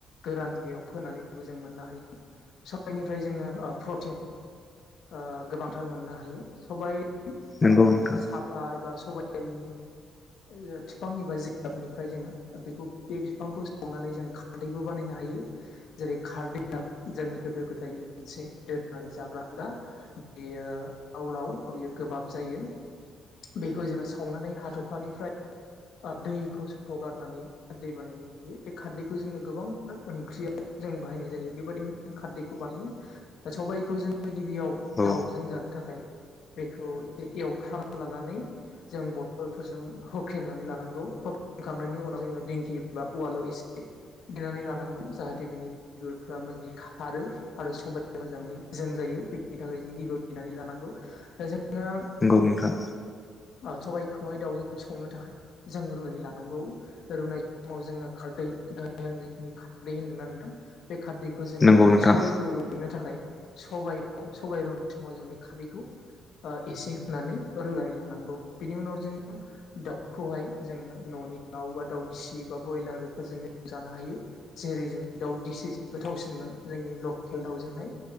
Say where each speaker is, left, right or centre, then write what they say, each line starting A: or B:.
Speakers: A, on the left (about 70°); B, on the left (about 30°).
A: गोरानगायाव फोनानैबो जों मोननो हायो सबायाइनिफ्राय जोङो प्रटिन ओ गोबांथार मोननो हायो सबाय
B: नंगौ
A: ओ
B: नोंथां
A: साबा एबा सबायाइनि ओ बिफांनिबा जिगाबनिफ्राय जोङो बेखौ बे बिफांखौ सनानै जों खारदैबो बानायनो हायो जेरै खारदैआ जोंनि गोदो गोदायनि मोनसे दोरोङारि जाग्रा हुदा बेयो लावलाव बेयो गोबाब जायो बेखौ जोङो सावनानै हाथफ्लानिफ्राय बा दैखौ सगारनानै दै बानायनाय बे खारदैखौ जोङो गोबांथार ओंख्रियाव जों बाहायनाय जायो बेबायदिनो जों खारदैखौ बानायो दा सबायखौ जोङो गिबियाव
B: औ
A: दाउजों जानो थाखाय बेखौ ए <unintelligible> एवफ्रामना लानानै जों बथलफोरजों होखेमनानै लानांगौ होखेमखांनायनि उनाव जोङो दिंखि बा उवाल इसे देनानै लानांगौ जाहाथे बिनि बिगुरफ्रा मोजाङै खारो आरो सबाय मोजाङै जों जायो बेनि थाखाय जों <unintelligible> गिनानै लानांगौ दा जों ङो
B: नंगौ नोंथां
A: ओ सबायाइखौहाय दाावजों संनो थाखाय जों रु <unintelligible> लानांगौ रुनाय समाव जोङो खारदै दाहाय आं जेखिनि खारदै होन्दोंना नोंथां बे खारदैखौ जोङो
B: नंगौ नोंथां
A: सबायखौ रुइनो थाखाय सबयाव सबायाइ रुनाय समाव जों बे खारदैखौ ओ एसे होनानै रुनानै लानांगौ बिनि उनाव जोङो दाउखौहाय जोङो न' <unintelligible> बा बयलार बेफोरजोंनो जानो हायो जेरै जों दाउदिसिस गोथावसिनमोन जोंनि लके लखेल दाउजोंहाय